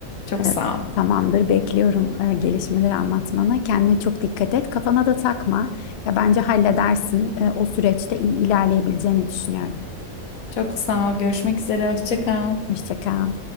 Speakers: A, on the left; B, on the left.
A: Çok
B: E,
A: sağ ol.
B: Tamamdır, bekliyorum e, gelişmeleri anlatmanı. Kendine çok dikkat et. Kafana da takma. Ya bence halledersin. E, O süreçte iyi ilerleyebileceğini düşünüyorum.
A: Çok sağ ol. Görüşmek üzere. Hoşça kal.
B: Hoşça kal.